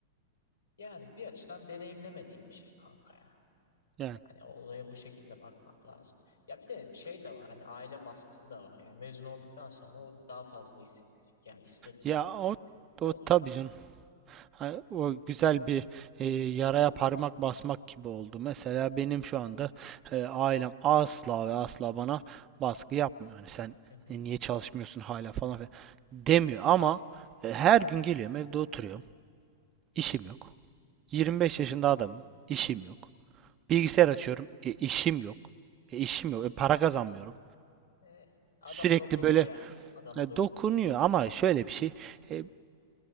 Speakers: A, on the left (about 80°); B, on the right (about 30°).
A: yani bir açıdan deneyimlemediğim bir şey kanka ya.
B: Yani
A: Hani olaya bu şekilde bakmak lazım. Ya bir de şey de var hani aile baskısı da var yani mezun olduktan sonra o daha fazla hissedilir. Yani ister istemez
B: ya o,
A: bu
B: o
A: olacak.
B: tabii canım. Ha, o güzel bir e, yaraya parmak basmak gibi oldu. Mesela benim şu anda e, ailem asla ve asla bana baskı yapmıyor. Hani sen
A: Hı hı.
B: e, niye çalışmıyorsun hala falan filan demiyor ama e, her gün geliyorum evde oturuyorum.
A: Beş.
B: İşim yok. 25 yaşında adamım. İşim
A: Hı hı.
B: yok. Bilgisayar açıyorum. E, işim yok. E, işim yok. E, para kazanmıyorum.
A: Eh, adama
B: Sürekli
A: dokunur
B: böyle
A: ya. Adama
B: e,
A: dokunur.
B: dokunuyor ama şöyle bir şey. e,